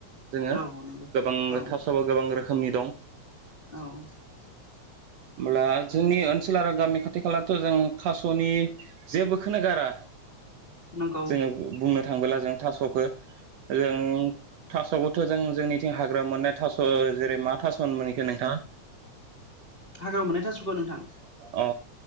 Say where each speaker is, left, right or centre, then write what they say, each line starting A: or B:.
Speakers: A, on the right (about 65°); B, on the left (about 20°).
A: जोङो
B: औ नंगौ
A: गोबां
B: औ
A: थास' बा गोबां रोखोमनि दं।
B: औ
A: होमब्ला जोंनि ओनसोल आरो गामि खाथि खालाथ' जों थास'नि जेबोखौनो गारा
B: नंगौ
A: जोङो बुंनो थांबोला जों थास'खौ जों थास'खौ थ' जों जोंनिथिं हाग्रायाव मोननाय थास' जेरै मा थास'होनोमोन बेखो नोंथां?
B: हाग्रायाव मोननाय थास'खो नोंथां?
A: अ